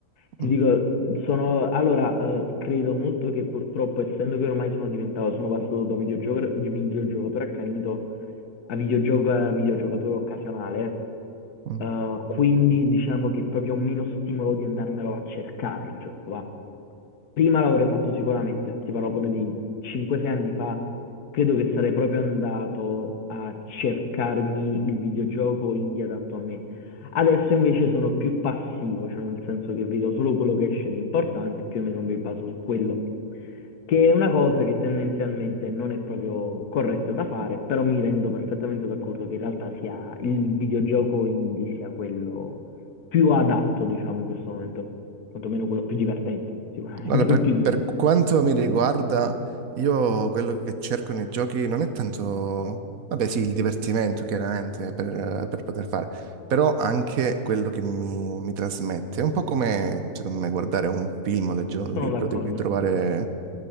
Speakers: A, on the left; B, on the right.
A: Ti
B: Mm,
A: dico, sono, allora, eh, credo molto che purtroppo, essendo che ormai sono diventato, sono passato da videogioco- videogiocatore accanito a videogioco- a videogiocatore occasionale,
B: Mm.
A: eh, quindi diciamo che proprio ho meno stimolo di andarmelo a cercare il gioco, va. Prima l'avrei fatto sicuramente, ti parlo pure di 5-6 anni fa, Credo che sarei proprio andato a cercarmi il videogioco indie adatto a me. Adesso invece sono più passivo, cioè nel senso che vedo solo quello che esce di importante e più o meno mi baso su quello, che è una cosa che tendenzialmente non è proprio corretta da fare, però mi rendo perfettamente d'accordo che in realtà sia il videogioco indie sia quello più adatto, diciamo, in questo momento, quantomeno quello più divertente, sicuramente
B: Guarda, per,
A: <laughs> più divertente.
B: per quanto mi riguarda, io quello che cerco nei giochi non è tanto, vabbè sì, il divertimento chiaramente per, per poter fare, però anche quello che mi, mi trasmette. È un po' come, secondo me, guardare un film o leggere un
A: Sono
B: libro,
A: d'accordo,
B: devi trovare